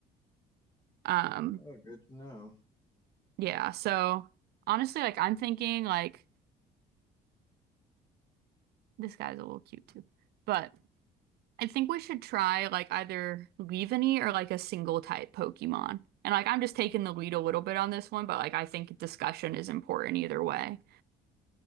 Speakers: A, on the right; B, on the left.
A: Um,
B: Oh, good to know.
A: yeah, so honestly, like I'm thinking like this guy's a little cute too. But I think we should try like either Leavanny or like a single type Pokemon. And like I'm just taking the lead a little bit on this one, but like I think discussion is important either way.